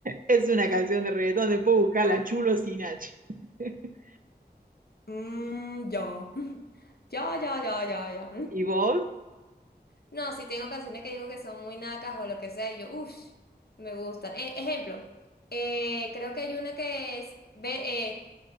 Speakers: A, on the right (about 55°); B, on the left (about 65°).
A: es una
B: Chulo.
A: canción de reggaetón, después buscarla
B: Ah,
A: chulo sin H. <laughs>
B: mm, yo. <laughs> Yo, yo, yo, yo, yo.
A: ¿Y vos?
B: No, si tengo canciones que digo que son muy nacas o lo que sea, y yo, uff, me gustan. E- ejemplo, eh, creo que hay una que es be- eh,